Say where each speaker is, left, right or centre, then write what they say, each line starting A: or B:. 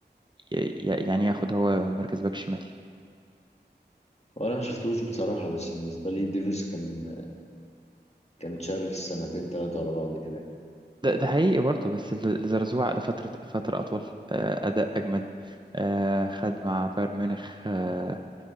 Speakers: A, on the right; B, on the left.
A: ي- يعني ياخد هو مركز باك شمال
B: وانا ما شفتوش بصراحة بس بالنسبة لي ديفيس كان كان شارس سنتين ثلاثة ورا بعض كده يعني
A: ده ده حقيقي برضه بس ال- الزرزوع لفترة فترة أطول آه، أداء أجمد آه، خد مع بايرن ميونخ آه،